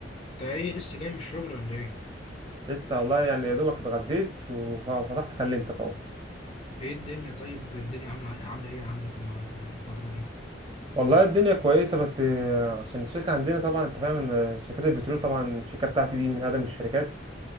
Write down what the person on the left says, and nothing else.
انت ايه لسه جاي من الشغل ولا ايه
ايه الدنيا طيب الدنيا عامله عامله ايه عندك النا- الفتره دي